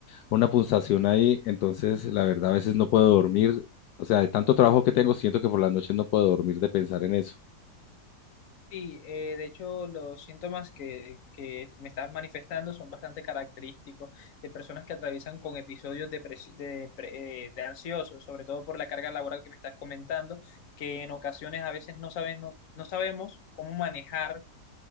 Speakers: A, on the left; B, on the left.
A: una pulsación ahí, entonces la verdad a veces no puedo dormir. O sea, de tanto trabajo que tengo, siento que por la noche no puedo dormir de pensar en eso.
B: Sí, eh, de hecho los síntomas que, que me estás manifestando son bastante característicos de personas que atraviesan con episodios de, pres- de, pre- eh, de ansiosos, sobre todo por la carga laboral que me estás comentando, que en ocasiones a veces no sabes, no, no sabemos cómo manejar